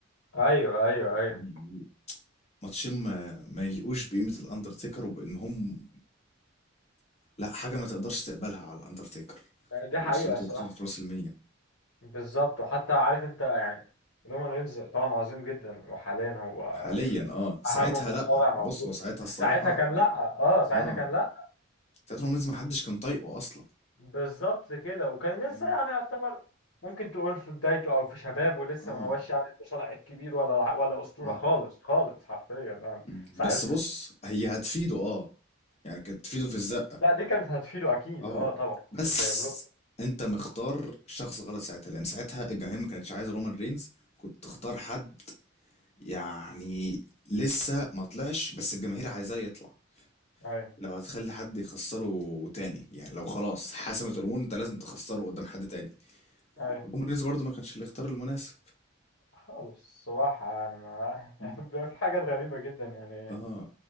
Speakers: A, on the left; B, on the left.
A: ايوه ايوه ايوه
B: يعني ماتشين ما, ما يلقوش بقيمة الأندرتيكر وبإن هم لا حاجة ما تقدرش تقبلها على الأندرتيكر
A: دي
B: وأسرته
A: حقيقة الصراحة
B: خصوصا في راس المية
A: بالظبط وحتى عارف انت يعني لومان رينز طبعا عظيم جدا وحاليا هو
B: حاليا
A: يمكن
B: اه ساعتها
A: اهم مصارع
B: لا
A: موجود
B: بص هو ساعتها
A: بس
B: الصراحة
A: ساعتها كان لا اه ساعتها
B: اه
A: كان لا
B: ساعتها رومانز ما حدش كان طايقه أصلا
A: بالظبط كده وكان لسه
B: مم.
A: يعني يعتبر ممكن تقول في بدايته او في شبابه لسه
B: اه
A: ما هوش يعني المصارع الكبير ولا ولا اسطوره
B: اه
A: خالص خالص حرفيا يعني
B: مم.
A: ساعتها
B: بس بص هي هتفيده اه يعني كانت تفيده في الزقة
A: لا دي كانت هتفيده اكيد
B: اه
A: اه طبعا
B: بس
A: مش زي بروك
B: انت مختار شخص غلط ساعتها لان ساعتها الجماهير ما كانتش عايزة رومان رينز كنت تختار حد يعني لسه ما طلعش بس الجماهير عايزاه يطلع
A: اي
B: لو هتخلي حد يخسره تاني يعني لو خلاص حسمت الامور انت لازم تخسره قدام حد تاني
A: اي
B: رومان برضه ما كانش الاختيار المناسب
A: خالص صراحه يعني ما <laughs>
B: مم.
A: يعني بيبقى في حاجات غريبه جدا يعني
B: اه